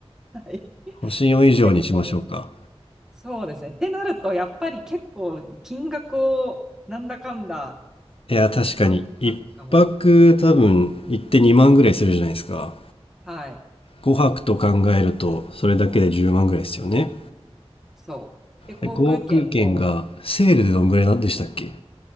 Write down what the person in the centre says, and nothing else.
はい。
結構、そうですね。ってなると、やっぱり結構金額をなんだかんだ
詰まってたかも。
はい。
そう。で、航空券も、